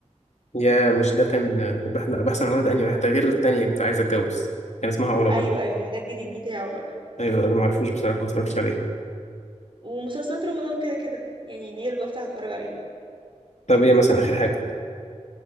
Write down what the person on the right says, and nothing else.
أيوه
أيوه ما ده الجديد بتاعه بقى
ومسلسلات رمضان كده كده يعني دي اللي بفتح أتفرج عليها